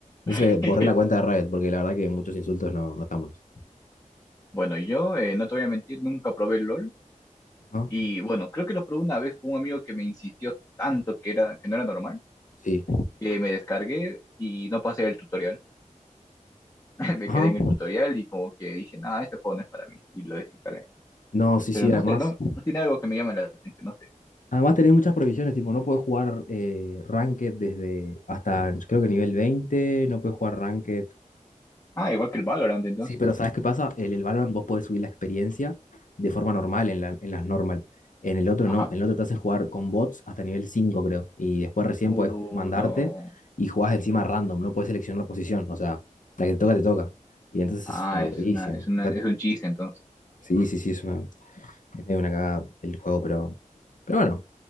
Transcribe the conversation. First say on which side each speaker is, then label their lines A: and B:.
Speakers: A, on the left (about 75°); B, on the left (about 25°).
A: Entonces
B: <laughs>
A: borré la cuenta de Riot porque la verdad que muchos insultos no, no están buenos.
B: bueno, yo, eh, no te voy a mentir, nunca probé el LOL.
A: Ajá,
B: Y bueno, creo que lo probé una vez con un amigo que me insistió tanto que era, que no era normal,
A: sí.
B: que me descargué y no pasé el tutorial. <laughs> me
A: Ajá.
B: quedé en el tutorial y como que dije, nada, este juego no es para mí, y lo desinstalé.
A: No, sí,
B: Pero
A: sí,
B: no
A: además.
B: sé, no, no tiene algo que me llame la atención, no sé.
A: Además tenés muchas prohibiciones, tipo, no puedes jugar eh, Ranked desde hasta creo que nivel 20 no puedes jugar Ranked
B: Ah, igual que el Valorant entonces.
A: Sí, pero ¿sabes qué pasa? En el Valorant vos podés subir la experiencia de forma normal, en la- en las normal. En el otro
B: Ajá.
A: no, en el otro te hacen jugar con bots hasta nivel 5 creo. Y después recién
B: Uh,
A: podés ju- mandarte
B: no.
A: y jugás encima random, no podés seleccionar posición. O sea, la que te toca, te toca. Y entonces
B: Ah,
A: es aburridísimo.
B: es una, es una,
A: Está-
B: es un chiste entonces.
A: Sí, sí, sí, es una, es medio una cagada el juego, pero, pero bueno,